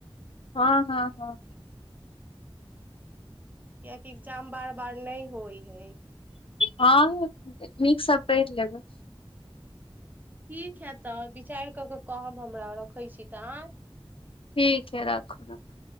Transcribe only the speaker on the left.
हँ हँ हँ
हँऽ, नीक स पऽढ़ लेबै।
ठीक है राखू-राखू।